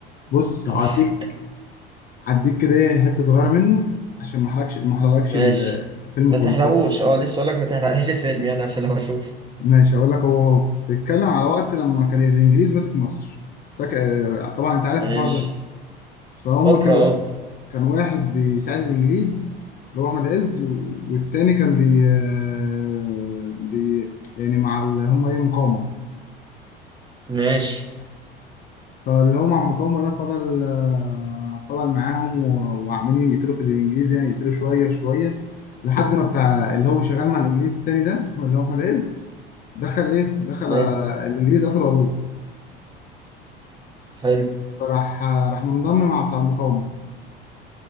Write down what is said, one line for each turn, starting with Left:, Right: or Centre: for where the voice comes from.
Left: بص
Right: <laughs>
Left: هعديك هعديك كده إيه، حته صغيره منه عشان ما احرقش ما احرقلكش
Right: ماشي
Left: الفيلم
Right: ما تحرقوش
Left: كله
Right: اه لسه اقول لك ما تحرقليش الفيلم يعني عشان لو اشوف
Left: ماشي هقول لك هو بيتكلم على وقت لما كان الانجليز ماسك مصر فاكر آه، طبعا انت عارف
Right: ماشي
Left: الحوار ده فهم
Right: فترة
Left: كانوا
Right: اه
Left: كان واحد بيساعد الانجليز اللي هو احمد عز و- والتاني كان بي, آه، بي يعني مع ال- هم ايه مقاومه
Right: ماشي
Left: فاللي هو مع المقاومه ده فضل آه، فضل معاهم و- وعمالين يقتلوا في الانجليز يعني يقتلوا شويه شويه لحد ما بتاع اللي هو شغال مع الانجليز التاني ده احمد اللي هو احمد عز دخل ايه دخل
Right: تمام
Left: آه، الانجليز قتلوا ابوه
Right: حلو
Left: فراح راح منضم مع بتاع المقاومة